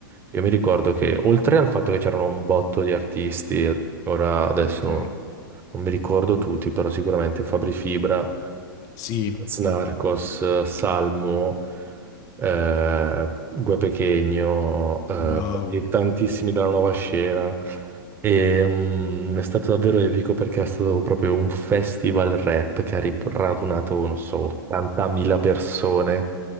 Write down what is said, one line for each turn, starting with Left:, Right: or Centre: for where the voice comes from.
Right: io mi ricordo che oltre al fatto che c'erano un botto di artisti Ora adesso
Left: Ok.
Right: non, non mi ricordo tutti, però sicuramente Fabri Fibra,
Left: Sì,
Right: Snarcos, Salmo, eh, Gue Pequeno, eh,
Left: wow.
Right: e tantissimi della nuova scena. E, mm, è stato davvero epico perché è stato proprio un festival rap che ha ri- radunato, non so, 80.000 persone